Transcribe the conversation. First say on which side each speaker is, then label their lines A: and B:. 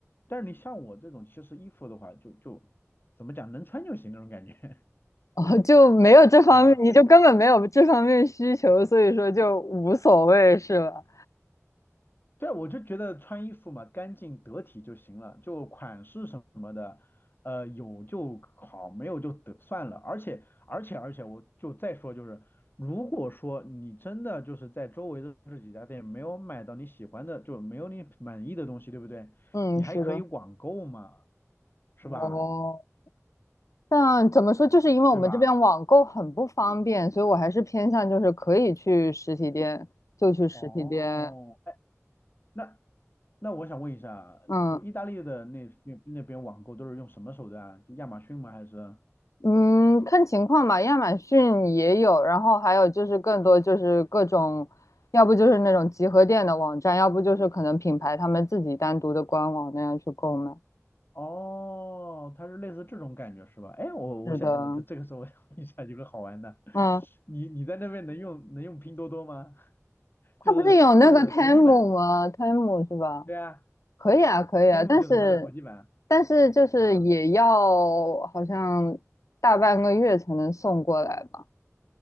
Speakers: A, on the left; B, on the left.
A: 但是你像我这种，其实衣服的话，就就怎么讲，能穿就行那种感觉，
B: 哦就没有这方面，
A: <laughs> 懂吗？
B: 你就根本没有这方面需求，
A: 所以
B: 所以说就无所谓，是吧？
A: 对，我就觉得穿衣服嘛，干净得体就行了，就款式什么。呃，有就好，没有就得算了。而且，而且，而且，我就再说，就是如果说你真的就是在周围的这几家店没有买到你喜欢的，就没有你满意的东西，对不对？
B: 嗯，
A: 你还可以网购嘛，
B: 是的。
A: 是吧？
B: 哦。但怎么说，就是因为我们这边网购很不方便，
A: 对吧？
B: 所以我还是偏向就是可以去实体店就去实体店。
A: 哦，哎，那那我想问一下，
B: 嗯
A: 就意大利的那那那边网购都是用什么手段啊？就亚马逊吗？还是？
B: 嗯，看情况吧，亚马逊也有，然后还有就是更多就是各种，要不就是那种集合店的网站，要不就是可能品牌他们自己单独的官网那样去购买。
A: 哦，它是类似这种感觉是吧？哎，我我想我这个时候我想问一下有个好玩的，
B: 是的，嗯，
A: 你你在那边能用能用拼多多吗？
B: 它不是有那个
A: 就是就是国际版，
B: Temu 吗？Temu 是吧？
A: 对啊
B: 可以啊，可以啊，
A: ，Temu
B: 但是
A: 就是它的国际版，
B: 但是就是也要好像大半个月才能送过来吧？
A: 嗯。